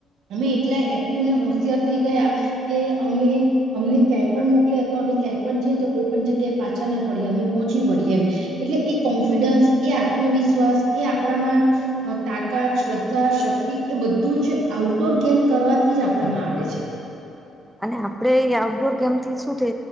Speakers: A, on the right (about 75°); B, in the centre.
A: અમે એટલા એક્ટિવને હોશિયાર થઈ ગયા, કે અમે અમને ક્યાંય પણ મોકલી અથવા અમે ક્યાય પણ જઈએ તો કોઈ પણ જગ્યાએ પાછા ના પડીએ અમે પહોંચી વળીએ. એટલે એ કોન્ફિડન્સ એ આત્મવિશ્વાસ એ આપણામાં, તાકાત ધા શક્તિ એ બધું જ આઉટડોર ગેમ કરવાથી જ આપણામાં આવે છે.
B: અને આપડે આઉટડોર ગેમ થી શું થે